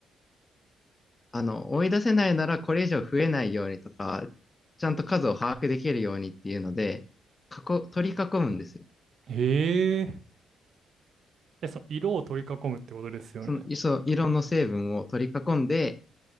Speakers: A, on the left; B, on the right.
A: あの、追い出せないならこれ以上増えないようにとか、ちゃんと数を把握できるようにっていうので、囲取り囲むんですよ。
B: へえ。え、その色を取り囲むってことですよね。
A: その、その色の成分を取り囲んで、